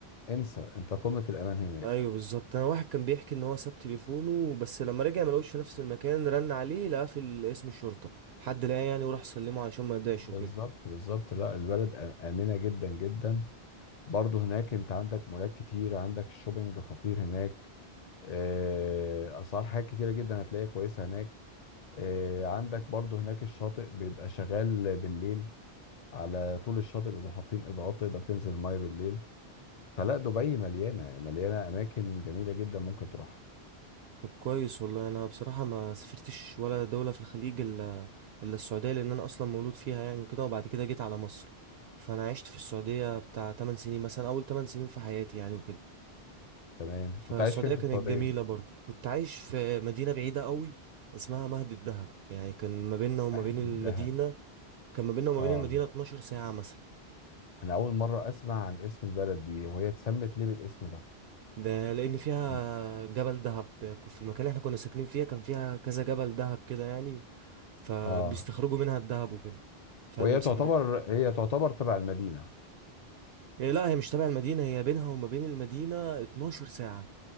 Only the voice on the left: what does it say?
انسى انت قمه الامان هناك
بالظبط
بالظبط لا البلد آ- امنه جدا جدا برضه هناك انت عندك مولات كتير عندك الشوبينج خطير هناك آه، اسعار حاجات كتيره جدا هتلاقيها كويسه هناك آه، عندك برضه هناك الشاطئ بيبقى شغال بالليل على طول الشاطئ بيبقوا حاطين اضاءات تقدر تنزل الميه بالليل فلا دبي مليانه مليانه اماكن جميله جدا ممكن تروحها
تمام
كنت عايش فين في
السعوديه
واحد
الدهب
اه
انا اول مره اسمع عن اسم البلد دي وهي اتسمت ليه بالاسم ده
عم-
اه
وهي تعتبر هي تعتبر تبع المدينه